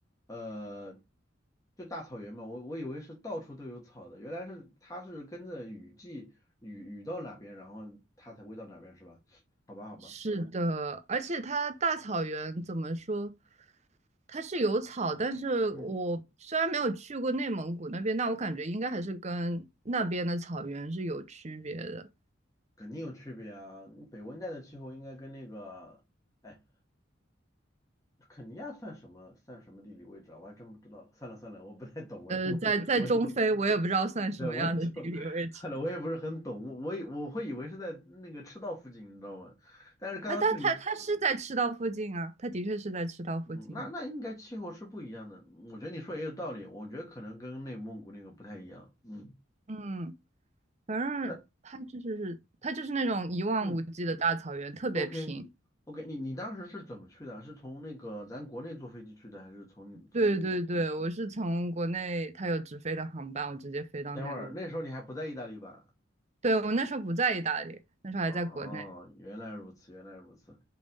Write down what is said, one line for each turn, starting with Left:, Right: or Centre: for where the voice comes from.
Left: 呃，就大草原嘛，我我以为是到处都有草的，原来是它是跟着雨季雨雨到哪边，然后它才会到哪边，是吧？好吧，好吧，
Right: 是的，而且它大草原怎么说？它是有草，但是我虽然没有去过内蒙古那边，
Left: 嗯。
Right: 但我感觉应该还是跟那边的草原是有区别的。
Left: 肯定有区别啊！北温带的气候应该跟那个，哎，肯尼亚算什么算什么地理位置啊？我还真不知道了算了算了，我不太懂，我就
Right: 呃，
Left: <laughs>
Right: 在在中非，
Left: 我就
Right: 我也不知道算什么样的地理位置。
Left: 对我也就算了，我也不是很懂。我我以我会以为是在那个赤道附近，你知道吗？但是刚刚听你，
Right: 啊，但它它是在赤道附近啊，它的确是在赤道附近呀、
Left: 嗯，那那应该气候是不一样的。我觉得你说也有道理，我觉得可能跟内蒙古那个不太一样。嗯，
Right: 嗯，反正它就是它就是那种一望无际的大草原，
Left: 那嗯
Right: 特别平。
Left: ，OK OK，你你当时是怎么去的？是从那个咱国内坐飞机去的，还是从从？
Right: 对对对，我是从国内它有直飞的航班，我直接飞到内陆。
Left: 等会儿那时候你还不在意大利吧？
Right: 对，我那时候不在意大利，那时候还在国内，
Left: 哦，原来如此，原来如此。